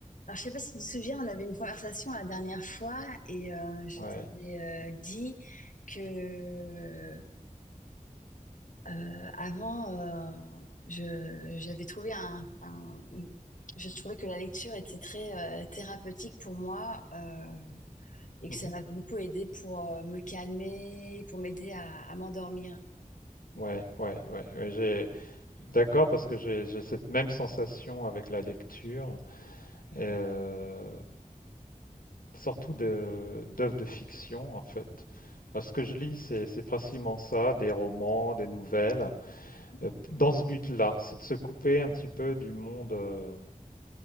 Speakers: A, on the left; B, on the left.
A: Alors, je sais pas si tu te souviens, on avait une conversation la dernière fois et euh, je
B: Ouais.
A: t'avais euh, dit que euh, avant, euh, je, j'avais trouvé un, un- je trouvais que la lecture était très euh, thérapeutique pour moi euh, et que
B: Mhm.
A: ça m'avait beaucoup aidé pour euh, me calmer, pour m'aider à, à m'endormir.
B: Ouais, ouais, ouais, ouais, j'ai d'accord parce que j'ai j'ai cette même sensation avec la lecture, euh, surtout de d'œuvres de fiction en fait. Moi, ce que je lis, c'est c'est principalement ça, des romans, des nouvelles,
A: Mhm.
B: euh, dans ce but-là, c'est de se couper un petit peu du monde euh,